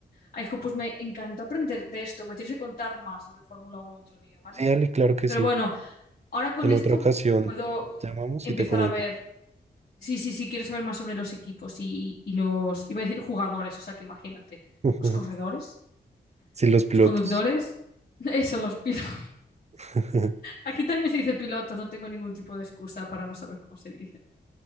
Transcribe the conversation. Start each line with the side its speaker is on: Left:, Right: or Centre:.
Left: Ay, hijo, pues me encantó aprender de esto. Me tienes que contar más sobre Fórmula uno otro día, ¿vale?
Right: Sí, Ale, claro que
Left: Pero
Right: sí.
Left: bueno, ahora con
Right: En
Left: esto
Right: otra ocasión
Left: puedo
Right: llamamos
Left: empezar
Right: y te comento.
Left: a ver. Sí, sí, sí, quiero saber más sobre los equipos y, y los. Iba a decir jugadores, o sea que imagínate.
Right: <laughs> Ujú.
Left: Los corredores,
Right: Sí, los pilotos.
Left: los conductores, <laughs> eso, los pilotos.
Right: <laughs>
Left: Aquí también se dice pilotos, no tengo ningún tipo de excusa para no saber cómo se dice.